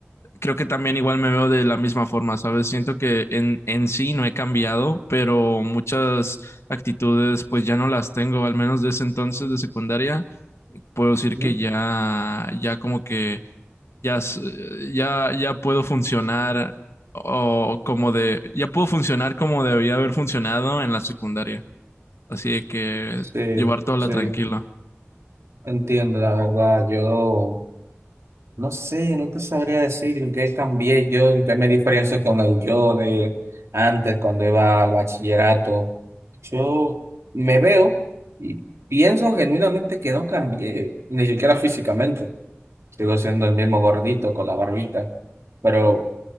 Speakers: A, on the left (about 75°); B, on the right (about 85°).
A: creo que también igual me veo de la misma forma, ¿sabes? Siento que en, en sí no he cambiado, pero muchas actitudes pues ya no las tengo, al menos de ese entonces de secundaria. Puedo decir
B: ¿Mm?
A: que ya, ya como que ya, s- ya, ya puedo funcionar o como de, ya puedo funcionar como debía haber funcionado en la secundaria. Así de que
B: Sí,
A: llevar toda
B: sí,
A: la tranquila.
B: entiendo, la verdad. Yo no sé, no te sabría decir en qué cambié yo, en qué me diferencio con el yo de antes, cuando iba al bachillerato. Yo me veo y pienso genuinamente que no cambié, ni siquiera físicamente. Sigo siendo el mismo gordito con la barbita, pero